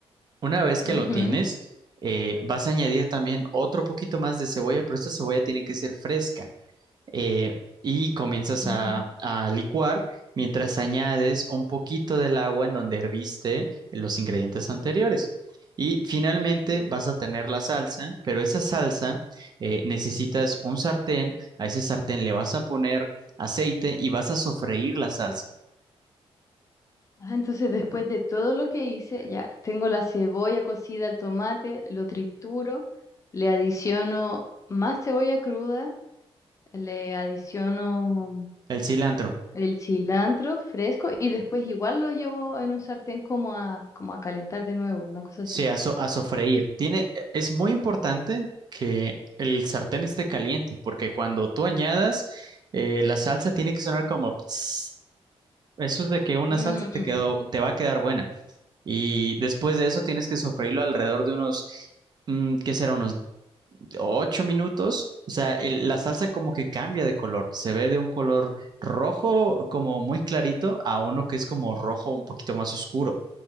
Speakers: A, on the right (about 40°); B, on the left (about 30°).
A: Una vez que
B: ujú,
A: lo tienes, eh, vas a añadir también otro poquito más de cebolla, pero esta cebolla tiene que ser fresca. Eh, y comienzas
B: ujú.
A: a, a licuar mientras añades un poquito del agua en donde herviste los ingredientes anteriores. Y finalmente vas a tener la salsa, pero esa salsa eh, necesitas un sartén, a ese sartén le vas a poner aceite y vas a sofreír la salsa.
B: Ah, entonces después de todo lo que hice, ya tengo la cebolla cocida, el tomate, lo trituro, le adiciono más cebolla cruda, le adiciono
A: El cilantro.
B: el cilantro fresco y después igual lo llevo en un sartén como a, como a calentar de nuevo, una cosa
A: Sí,
B: así.
A: a, so- a sofreír. Tiene, e, es muy importante que el sartén esté caliente, porque cuando tú añadas, eh, la salsa tiene que sonar como "Ps". Eso es de que una
B: Mm,
A: salsa te quedó, te va a quedar buena. Y después de eso tienes que sofreírlo alrededor de unos, mm, ¿qué será? Unos ocho minutos, o sea, el- la salsa como que cambia de color, se ve de un color rojo como muy clarito a uno que es como rojo un poquito más oscuro.